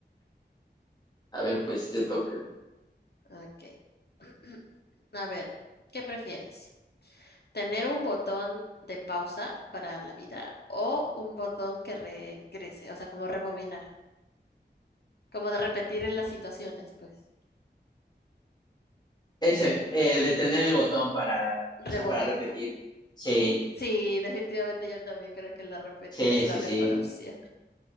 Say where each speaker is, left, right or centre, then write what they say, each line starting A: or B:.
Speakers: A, on the left; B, on the left.
A: A ver, pues te toca.
B: Ok. <clears throat> A ver, ¿qué prefieres? ¿Tener un botón de pausa para la vida o un botón que regrese? O sea, como rebobinar, como de repetir en las situaciones, pues.
A: Ese, el de tener el botón para, o
B: ¿Rebobinar?
A: sea, para repetir. Sí,
B: Sí, definitivamente yo también creo que la repetir
A: sí,
B: es la
A: sí,
B: mejor
A: sí.
B: opción.